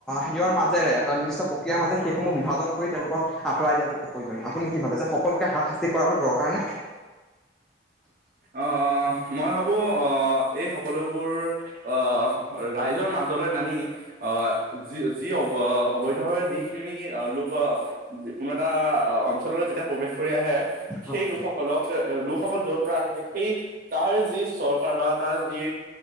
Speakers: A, in the centre; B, on the right.
A: হিৰৰ মাজেৰে এটা নিৰ্দিষ্ট প্ৰক্ৰিয়াৰ মাজে সেইসমূহ বিভাজন কৰি তেওঁলোকক আঁতৰাই দিয়াতটো প্ৰয়োজন আপুনি কি ভাবে যে সকলোকে হা শাস্তি কৰাটো দৰকাৰ নে?
B: অ' মই ভাবো অহ। এই সকলোবোৰ অ' ৰাইজৰ মাজলৈ নামি অ' য যি অ' অ' অৱশ্য ধৰ যিখিনি লোকৰ কোনো এটা অঞ্চললৈ যেতিয়া প্ৰৱেশ আহে
A: হয়,
B: সেই লোকসকলক লোক সকল জ পৰা আহিছে সেই তাৰ যি চৰকাৰ বা তাৰ যি